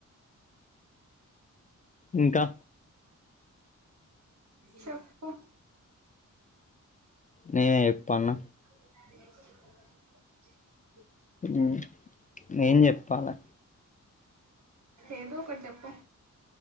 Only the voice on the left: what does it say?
ఇంకా
నేనే ఎప్పన్న
ఊ ఏం చెప్పాలే